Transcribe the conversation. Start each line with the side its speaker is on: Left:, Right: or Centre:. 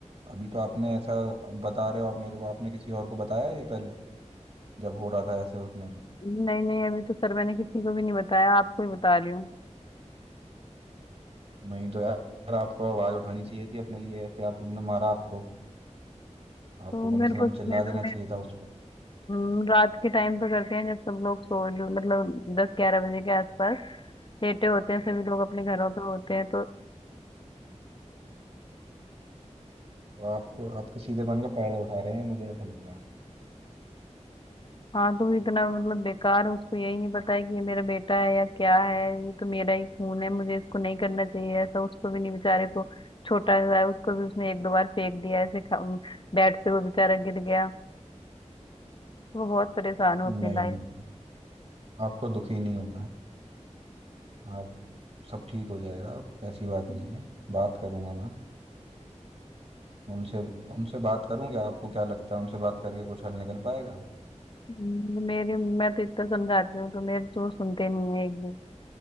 Right: अभी तो आपने ऐसा अब बता रहे हो आप मेरे को आपने किसी और को बताया ये पहले जब हो रहा था ऐसे उसने
Left: नहीं नहीं अभी तो सर मैंने किसी को भी नहीं बताया आपको ही बता रही हूँ
Right: नहीं तो यार आपको आवाज उठानी चाहिए थी अपने लिए ऐसे आप उनने मारा आपको आपको
Left: तो
Right: कम
Left: मेरे
Right: से
Left: को
Right: कम चिल्ला
Left: मेरे,
Right: देना
Left: मेरे,
Right: चाहिए था उस पर
Left: हम्म, रात के टाइम पे करते हैं जब सब लोग सो मतलब दस ग्यारह बजे के आसपास लेटे होते हैं सभी लोग अपने घरों पे होते हैं तो
Right: तो आपको आपके सीधेपन का फायदा उठा रहे हैं मुझे ऐसा लग रहा है
Left: हाँ तो वो इतना मतलब बेकार उसको यही नहीं पता है कि ये मेरा बेटा है या क्या है ये तो मेरा ही खून है मुझे इसको नहीं करना चाहिए ऐसा उसको भी नहीं बेचारे को छोटा हुआ है उसको भी उसने एक दो बार फेंक दिया ऐसे खा- बेड से वो बेचारा गिर गया वो बहुत परेशान हूँ अपनी
Right: नहीं
Left: लाइफ
Right: नहीं आपको दुखी नहीं होना है आप सब ठीक हो जाएगा ऐसी बात नहीं है बात करूंगा मैं उनसे उनसे बात करूंगा आपको क्या लगता है उनसे बात करके कुछ हल निकल पाएगा
Left: मेरे मैं तो इतना समझाती हूँ तो मेरे तो वो सुनते नहीं है एक भी